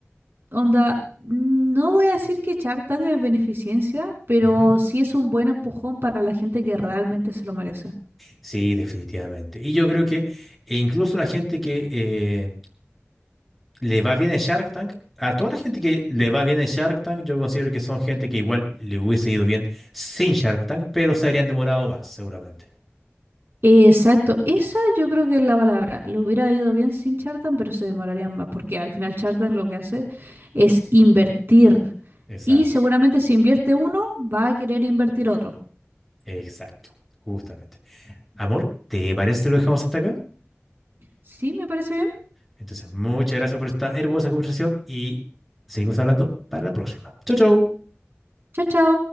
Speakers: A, on the right; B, in the centre.
A: Onda, no voy a decir que Chartan es beneficencia, pero
B: Ujú.
A: sí es un buen empujón para la gente que realmente se lo merece.
B: Sí, definitivamente. Y yo creo que e incluso la gente que, eh, le va bien en Shark Tank. A toda la gente que le va bien en Shark Tank, yo considero que son gente que igual le hubiese ido bien sin Shark Tank, pero se habrían demorado más, seguramente.
A: Exacto, esa yo creo que es la palabra. Lo hubiera ido bien sin Chartan, pero se demorarían más, porque al final Chartan lo que hace es invertir.
B: Exacto,
A: Y seguramente si invierte uno, va a querer invertir otro.
B: exacto, justamente. Amor, ¿te parece que lo dejamos hasta acá?
A: Sí, me parece bien.
B: Entonces, muchas gracias por esta hermosa conversación y seguimos hablando para la próxima. Chau, chau.
A: Chao, chao.